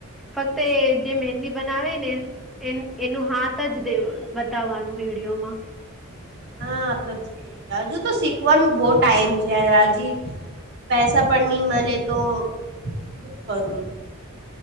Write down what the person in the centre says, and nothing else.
ફક્ત જે મહેંદી બનાવે ને. એ એનું હાથ જ દે બતાવવાનું વિડીયોમાં.